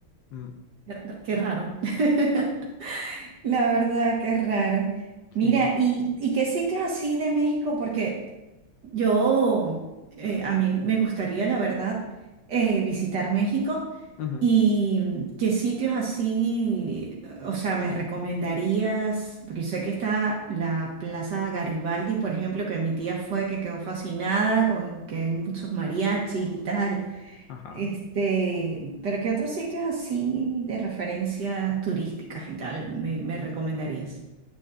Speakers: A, on the left; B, on the right.
A: Mm,
B: qué qué raro. <laughs> La verdad, qué raro. Mira,
A: sí,
B: ¿y, y qué sitios así de México? Porque Yo, eh, a mí me gustaría, la verdad, eh, visitar México
A: ujú,
B: y mm, qué sitios así, eh, o sea, me recomendarías, porque sé que está la Plaza Garibaldi, por ejemplo, que mi tía fue, que quedó fascinada con que hay muchos mariachis y tal.
A: Ajá.
B: Este, pero ¿qué otros sitios así de referencias turísticas y tal me, me recomendarías?